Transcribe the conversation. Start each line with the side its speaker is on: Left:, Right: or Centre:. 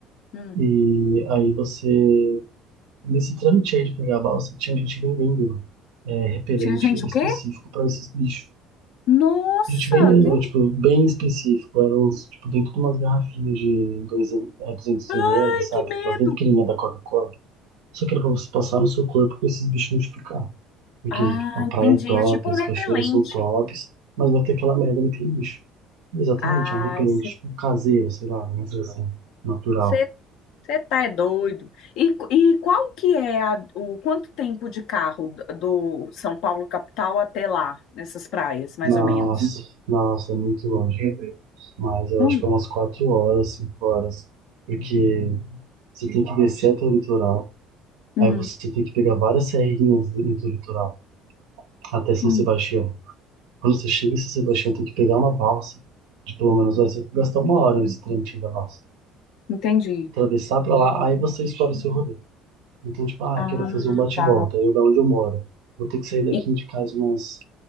Left: Hum.
Right: e aí você, nesse trâmite aí de pegar a balsa, tinha gente vendendo é, repelente
Left: Tinha gente o
Right: específico
Left: quê?
Right: para esses bichos.
Left: Nossa,
Right: A gente vendendo,
Left: que,
Right: tipo, bem específico, eram uns, tipo, dentro de umas garrafinhas de dois, é, 200
Left: ai,
Right: ml, sabe?
Left: que medo.
Right: Aquelas bem pequenininhas da Coca-Cola. Só que era pra você passar no seu corpo com esses bichos multiplicar. Porque
Left: Ah,
Right: a praia
Left: entendi.
Right: é top,
Left: É tipo
Right: as
Left: um repelente.
Right: cachoeiras são tops, mas vai ter aquela merda daquele bicho. Exatamente,
Left: Ai,
Right: é um repelente tipo, caseiro, sei lá, vamos dizer assim, natural.
Left: você tá é doido. E, e qual que é a- o quanto tempo de carro do do São Paulo capital até lá, nessas praias, mais
Right: Nossa,
Left: ou menos?
Right: nossa, é muito longe. Mas eu
Left: Hum,
Right: acho que é umas quatro horas, cinco horas. Porque você tem que descer até o litoral,
Left: uhum,
Right: aí você tem que pegar várias serrinhas dentro do litoral, até São
Left: hum,
Right: Sebastião. Quando você chega em São Sebastião, tem que pegar uma balsa. De pelo menos vai ser- gastar uma hora nesse trâmite da balsa.
Left: entendi.
Right: Atravessar pra lá, aí você escolhe o seu rolê. Então, tipo, ah,
Left: Ah,
Right: quero fazer um bate-volta.
Left: tá.
Right: Eu da onde eu moro. Vou ter que sair daqui
Left: E-
Right: de casa umas